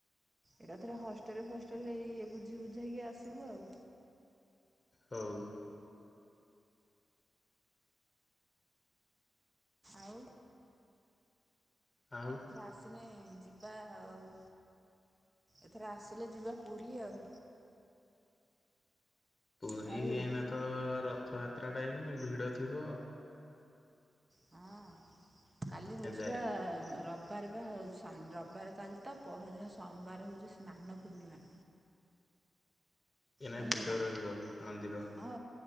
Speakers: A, on the right; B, on the left.
A: ଏଇଟା ଥରେ ହଷ୍ଟେଲ ଫଷ୍ଟେଲଇ ବୁଝି ବୁଝେଇକି ଆସିବୁ ଆଉ।
B: ହଉ
A: ଆଉ
B: ଆଉ
A: ଆସନେ ଯିବା ଆଉ ଏଥର ଆସିଲେ ଯିବା ପୁରୀ ଆଉ।
B: ପୁରୀ
A: ଜାଣିଲୁ
B: ଏଇନା ତ ରଥଯାତ୍ରା ଟାଇମ୍ ଭିଡ଼ ଥିବ।
A: ହଁ କାଲି ହଉଛି
B: ଯାଇ
A: ବା ର ରବିବାର ବା ଆଉ ରବିବାର କାଲି ତ ପହର ଦିନ ସୋମବାର ହେଉଛି ସ୍ନାନ ପୂର୍ଣ୍ଣିମା।
B: ଏଇନା
A: ଚାଲିବୁ
B: ଭିଡ଼
A: ନା
B: ରହିବ ମନ୍ଦିର।
A: ହଁ